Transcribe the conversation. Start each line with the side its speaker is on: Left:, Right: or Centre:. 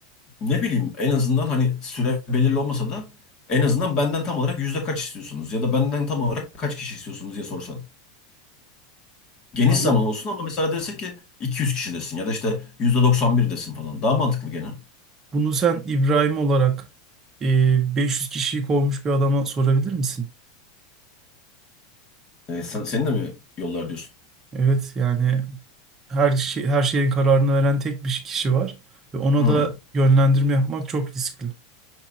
Left: ne bileyim en azından hani süre belirli olmasa da en azından benden tam olarak yüzde kaç istiyorsunuz ya da benden tam olarak kaç kişi istiyorsunuz diye sorsan. Geniş
Right: ama
Left: zaman olsun ama mesela desek ki 200 kişi desin ya da işte yüzde 91 desin falan. Daha mantıklı gene.
Right: bunu sen İbrahim olarak e, 500 kişiyi kovmuş bir adama sorabilir misin?
Left: E, sen, senin de mi yollar diyorsun?
Right: Evet yani her şey, her şeyin kararını veren tek bir kişi var ve ona
Left: Hı,
Right: da yönlendirme yapmak çok riskli.